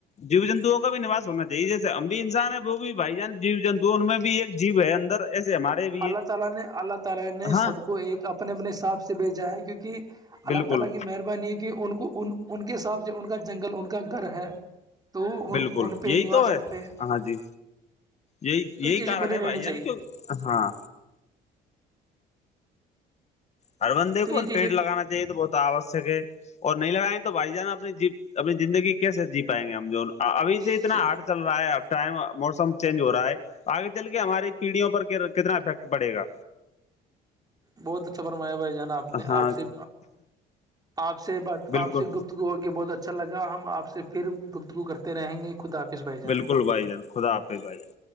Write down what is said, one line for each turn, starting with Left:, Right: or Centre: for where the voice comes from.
Left: جیو جنتوؤں کا بھی نوس ہونا چاہیے جیسے ہم بھی انسان ہے وہ بھی بھائی جان جیو جنتو ان میں بھی ایک جیو ہے اندر ایسے ہمارے بھی
Right: اللہ
Left: ہیں
Right: تعالی نے اللہ تعالی نے
Left: ہاں
Right: سب کو ایک اپنے اپنے حساب سے بھیجا ہے کیونکہ اللہ
Left: بالکل
Right: تعالی کی مہربانی ہے کہ ان کو ان ان کے حساب سے ان کا جنگل ان کا گھر ہے تو ان
Left: بالکل
Right: ان پہ
Left: یہی
Right: نواس
Left: تو ہے
Right: کرتے ہیں
Left: ہاں جی یہی
Right: تو
Left: یہی
Right: یہ چیزیں
Left: کارن
Right: بنی
Left: ہے
Right: رہنی
Left: بھائی یع
Right: چاہیے
Left: کہ ہاں ہر بندے
Right: تو
Left: کو
Right: یہ چیزیں
Left: پی لگان چاہیے تو بہت آوشک ہے اور نہیں لگائیں تو بھائی جانا اپنی اپنی زندگی کیسے جی پائیں گے ہم جو ابھی سے
Right: صحیح
Left: اتنا ہارڈ
Right: بات
Left: چل رہ رہا ہے ا ٹائم موسم چینج ہو رہا ہے تو آگے چل کے ہماری پیڑھیوں پر کتنا افیکٹ پڑے گا
Right: بہت اچھا فرمایا بھائی جانا آپ نے
Left: ہاں
Right: آپ سے آپ سے ب
Left: بالکل
Right: آپ سے گپتگو ہو کے بہت اچھا لگا ہم آپ سے پھر گپتگو کرتے رہیں گے خدافس بائی
Left: بالکل بھائی جان خدا آپ ہی بھائی جان